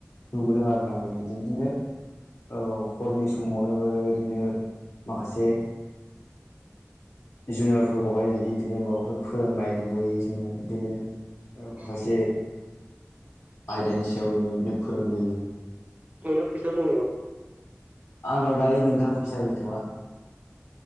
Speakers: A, on the left; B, on the right.
A: नुबोदों आरैना बिदिनो औ हरनि समावनो बेबायदिनो माखासे जुनियरफोरखौहाय इदिनो माबाफोर फोरोंनाय नुबोयो जोंङो इदिनो
B: नोंना
A: माखासे आयदानि सायाव बेदिनो फोरोंबोयो
B: नोंनाव फैसा दं नामा
A: आंनाव दायो नोंथां फैसा गैथ'वा